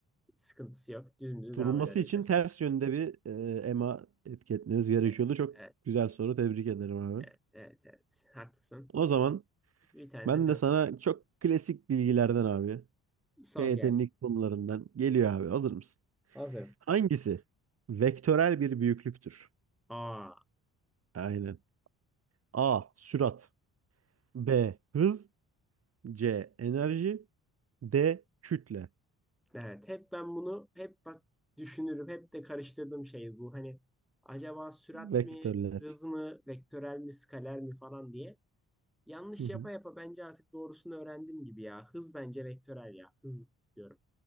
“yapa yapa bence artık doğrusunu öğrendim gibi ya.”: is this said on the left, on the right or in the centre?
Centre